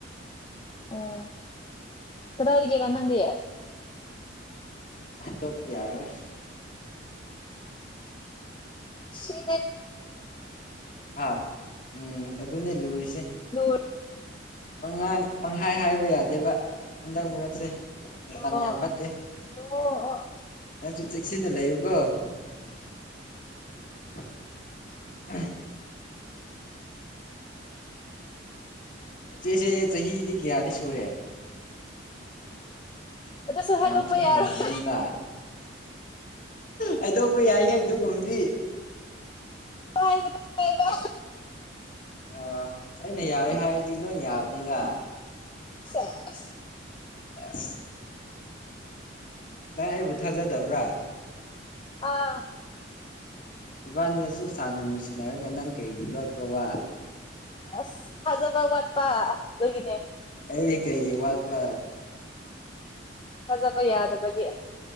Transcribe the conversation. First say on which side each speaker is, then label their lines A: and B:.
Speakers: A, on the left; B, on the left.
A: ꯑꯣ ꯀꯗꯥ ꯍꯥꯏ ꯀꯦꯔ
B: ꯎꯝ
A: ꯅꯉꯌꯦꯦ
B: ꯍꯥꯏꯗꯣꯛꯄ ꯌꯥꯔꯣꯏ
A: ꯁꯗ
B: ꯍꯥ ꯎꯝ ꯑꯗꯨꯟꯅ ꯂꯨꯔꯤꯁꯦ
A: ꯍ
B: ꯄꯍ ꯄꯪꯍꯥꯏ ꯍꯥꯏꯕ ꯌꯥꯗꯦꯕ ꯍꯟꯗꯛ ꯃꯔꯨꯔꯛꯁꯦ
A: ꯑꯣ
B: ꯝ ꯌꯥ ꯐꯠꯇꯦ
A: ꯑꯣ ꯑꯣ ꯍꯣ
B: ꯅꯪꯁꯨ ꯆꯦꯛꯁꯤꯟꯅ ꯂꯩꯌꯨꯀꯣ <unintelligible> ꯏꯆꯦꯆꯦ ꯆꯍꯤꯗꯤ ꯀꯌꯥꯗꯤ ꯁꯨꯔꯦ
A: ꯑꯗꯨꯁꯨ ꯍꯥꯏꯗꯣꯛꯄ
B: ꯌꯥꯝ ꯊꯤ
A: ꯌꯥꯔꯣꯏ
B: ꯍꯜꯂꯝꯕꯅꯤꯗ ꯍꯥꯏꯩꯗꯣꯛꯄ ꯌꯥꯏꯍ ꯑꯗꯨꯒꯨꯝꯕꯗꯤ
A: ꯑꯅꯨꯡꯕ
B: ꯑ ꯑꯩꯅ ꯌꯥꯔꯦ ꯍꯥꯏꯔꯗꯤ ꯂꯣꯏ ꯌꯥꯕꯅꯤꯗ
A: ꯁꯦꯁ
B: ꯁ ꯅꯪ ꯑꯩꯕꯨ ꯊꯥꯖꯗꯕ꯭ꯔꯥ
A: ꯑꯥ
B: ꯏꯕꯥꯅꯤ ꯑꯁꯨꯛ ꯁꯥꯟꯅ ꯅꯨꯡꯁꯤꯅꯔꯒ ꯅꯪ ꯀꯔꯤꯒꯤ ꯂꯣꯠꯄ꯭ꯔꯣ ꯋꯥ
A: ꯑꯁ ꯊꯥꯖꯕ ꯋꯥꯠꯄ ꯑꯗꯨꯒꯤꯅꯦ
B: ꯑꯩꯗꯤ ꯀꯩꯒꯤ ꯋꯥꯠꯄ
A: ꯐꯖꯕ ꯌꯥꯗꯕꯒꯤ